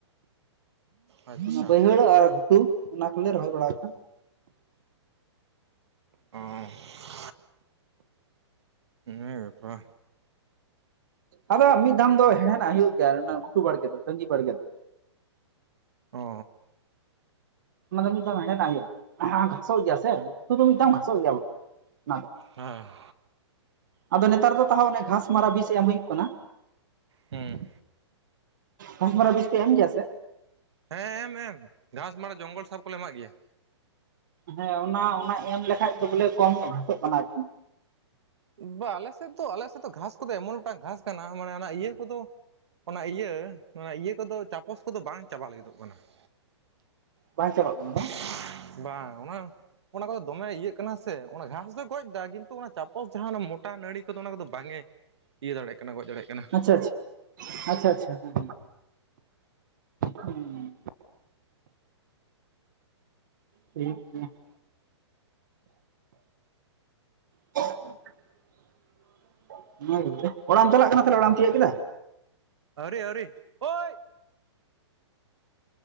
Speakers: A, on the right (about 65°); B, on the right (about 40°).
A: ᱟᱪᱪᱷᱟ
B: ᱚᱱᱟ ᱵᱟᱹᱭᱦᱟᱹᱲ ᱟᱨ ᱜᱷᱩᱴᱩ ᱚᱱᱟ ᱠᱚᱞᱮ ᱨᱚᱦᱚᱭ ᱵᱟᱲᱟ ᱠᱟᱜ-ᱟ ᱾
A: ᱚ ᱾ ᱤᱱᱟᱹ ᱜᱟᱯᱟ
B: ᱟᱫᱚ ᱢᱤᱫ ᱫᱷᱟᱢ ᱫᱚ ᱦᱮᱲᱦᱮᱫᱟᱜ ᱦᱩᱭᱩᱜ ᱜᱮᱭᱟ ᱚᱱᱟ ᱜᱷᱴᱩ ᱵᱟᱲᱜᱮ ᱫᱚ ᱛᱟᱺᱜᱤ ᱵᱟᱲᱜᱮ ᱫᱚ ᱾
A: ᱚ ᱾
B: ᱢ ᱫᱚ ᱢᱤᱫ ᱫᱷᱚᱢ ᱦᱮᱲᱦᱮᱫ ᱟᱜ ᱦᱩᱭᱩᱜ ᱜᱮᱭᱟ ᱜᱷᱟᱥᱚᱜ ᱜᱮᱭᱟ ᱥᱮ ᱛᱚ ᱫᱚ ᱢᱤᱫ ᱫᱟᱢ <unintelligible> ᱥᱚᱜ ᱜᱮᱭᱟᱢ ᱚᱱᱟ ᱫᱚ ᱾
A: ᱦᱮᱸ
B: ᱟᱫᱚ ᱱᱮᱛᱟᱨ ᱫᱚ ᱛᱟᱦᱚᱸ ᱚᱱᱮ ᱜᱷᱟᱥ ᱢᱟᱨᱟ ᱵᱤᱥ ᱮᱢ ᱦᱩᱭᱩᱜ ᱠᱟᱱᱟ
A: ᱦᱩᱸ ᱾
B: ᱜᱷᱟᱥ ᱢᱟᱨᱟ ᱵᱤᱥ ᱯᱮ ᱮᱢ ᱜᱮᱭᱟᱥᱮ?
A: ᱦᱮᱸ ᱮᱢ ᱮᱢ ᱜᱷᱟᱸᱥ ᱢᱟᱱᱮ ᱡᱚᱝᱜᱚᱞ ᱥᱟᱵ ᱠᱚᱞᱮ ᱮᱢᱟᱜ ᱜᱮᱭᱟ ᱾
B: ᱦᱮᱸ ᱚᱱᱟ ᱚᱱᱟ ᱮᱢ ᱞᱮᱠᱷᱟᱡ ᱫᱚ ᱵᱚᱞᱮ ᱠᱚᱢ ᱧᱚᱜ ᱜᱷᱟᱥᱚᱜ ᱠᱟᱱᱟ ᱟᱨᱠᱤ ᱾
A: ᱵᱟ ᱟᱞᱮ ᱥᱮᱫ ᱫᱚ ᱟᱞᱮ ᱥᱮᱫ ᱫᱚ ᱜᱷᱟᱥ ᱠᱚᱫᱚ ᱮᱢᱚᱱ ᱢᱤᱫᱴᱟᱝ ᱜᱷᱟᱥ ᱠᱟᱱᱟ ᱢᱟᱱᱮ ᱚᱱᱟ ᱤᱭᱟᱹ ᱠᱚᱫᱚ ᱚᱱᱟ ᱤᱭᱟᱹ ᱚᱱᱟ ᱤᱭᱟᱹ ᱠᱚᱫᱚ ᱪᱟᱯᱚᱥ ᱠᱚᱫᱚ ᱵᱟᱝ ᱪᱟᱵᱟ ᱞᱟᱹᱜᱤᱫᱚᱜ ᱠᱟᱱᱟ ᱾
B: ᱵᱟᱝ ᱪᱟᱵᱟᱜ ᱠᱟᱱᱟ ᱵᱟᱝ?
A: <inaudible> ᱵᱟᱝ ᱚᱱᱟ ᱚᱱᱟ ᱠᱚᱫᱚ ᱫᱚᱢᱮ ᱤᱭᱟᱹᱜ ᱠᱟᱱᱟ ᱥᱮ ᱚᱱᱟ ᱜᱷᱟᱥ ᱫᱚᱭ ᱜᱚᱡ ᱮᱫᱟ ᱠᱤᱱᱛᱩ ᱚᱱᱟ ᱪᱟᱯ <unintelligible> ᱡᱟᱦᱟᱸ ᱢᱚᱴᱟ ᱱᱟᱹᱲᱤ ᱠᱚᱫᱚ ᱚᱱᱟ ᱠᱚᱫᱚ ᱵᱟᱝ ᱮ ᱤᱭᱟᱹ ᱫᱟᱲᱮᱜ ᱠᱟᱱᱟ ᱜᱚᱡ ᱫᱟᱲᱮᱜ ᱠᱟᱱᱟ ᱾
B: ᱟᱪᱪᱷᱟ ᱟᱪᱪᱷᱟ ᱟᱪᱪᱷᱟ ᱦᱮᱸ ᱦᱮᱸ ᱾ ᱴᱷᱤᱠ ᱜᱮᱭᱟ <inaudible> ᱾ <unintelligible> ᱚᱲᱟᱜ-ᱮᱢ ᱪᱟᱞᱟᱜ ᱠᱟᱱᱟ ᱛᱟᱞᱦᱮ ᱚᱲᱟᱜ-ᱮᱢ ᱛᱤᱭᱟᱹᱜ ᱠᱮᱫᱟ?
A: ᱟᱹᱣᱨᱤ ᱟᱹᱣᱨᱤ, ᱳᱭ